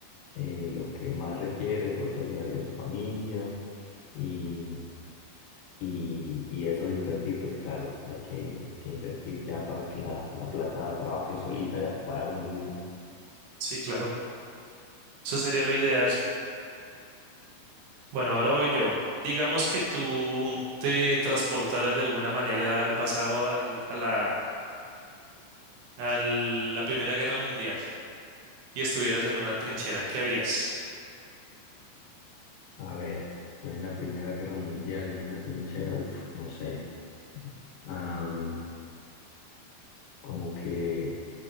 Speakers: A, on the left (about 80°); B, on the right (about 75°).
A: eh, lo que más requiere, de pronto ayudaría a su familia y, y, y eso de invertir, pues claro, hay que, que invertir ya para que la, la plata trabaje solita ya para uno mismo.
B: sí, claro. Eso sería lo ideal. Bueno, ahora voy yo. Digamos que tú te transportaras de alguna manera al pasado, al- a la, a la Primera Guerra Mundial y estuvieras en una trinchera. ¿Qué harías?
A: A ver, estoy en la Primera Guerra Mundial, en una trinchera, uff, no sé, am, como que